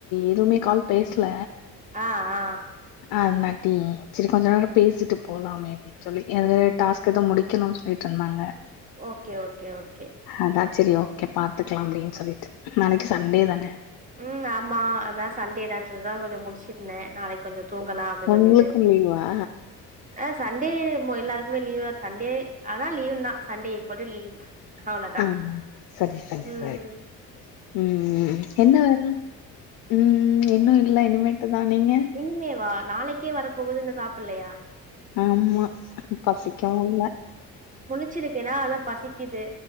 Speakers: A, on the left; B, on the right.
A: எதுவ்மே கால் பேஸ்ல
B: ஆ ஆ
A: அதுனாட்டி செரி கொஞ்ச நேரோ பேசிட்டு போலாமே அப்டின் சொல்லி எது டாஸ்க் எதோ முடிக்கணுன் சொல்லிட்ருந்தாங்க.
B: ஓகே ஓகே ஓகே
A: அதா சேரி ஓகே பாத்துக்கலா அப்டின் சொல்லிட்டு நாளைக்கு சண்டே
B: ம்
A: தான
B: ம் ஆமா அதா சண்டே தான் சொல்லிதா கொஞ்சோ முழ்ஸ்சிருந்தே நாளைக் கொஞ்சோ தூங்கலா அப்டி
A: உங்ளுக்கு
B: சொல்லிட்டு
A: லீவா
B: ஆ சண்டே மோ எல்லார்க்குமே லீவு தா சண்டே ஆனா லீவுன் தா சண்டே ஈக்கோல் டூ லீவு அவ்ளோ தா
A: ஆ சரி சரி
B: ம்ம்
A: சரி ம் என்ன வேல ம் இன்னு இல்ல இனிமேட்டு தா நீங்க
B: இனிமேவா நாளைக்கே வர போகுது இன்னு சாப்பிட்லயா
A: ஆமா பசிக்கவு இல்ல
B: ச்சிருக்கேனா அதா பசிக்கிது